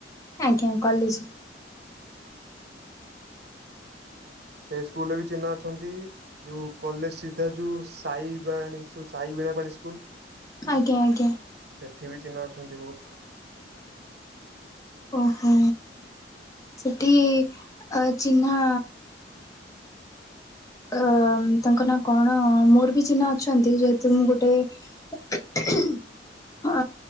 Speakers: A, on the left; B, on the right.
A: ଆଜ୍ଞା କଲେଜ
B: ସେ ସ୍କୁଲରେ ବି ଚିହ୍ନା ଅଛନ୍ତି ଯୋଉ କଲେଜ ସିଧା ଯୋଉ ସାଇବାଣି ସାଇ ବିଣା ପାଣି ସ୍କୁଲ
A: ଆଜ୍ଞା ଆଜ୍ଞା।
B: ସେଠି ବି ଚିହ୍ନା ଅଛନ୍ତି ବହୁତ
A: ଓହୋ ସେଠି ଅ ଚିହ୍ନା ଅ ତାଙ୍କ ନାଁ କଣ ମୋର ବି ଚିହ୍ନା ଅଛନ୍ତି ଯେହେତୁ ମୁଁ ଗୋଟେ <unintelligible> ଅ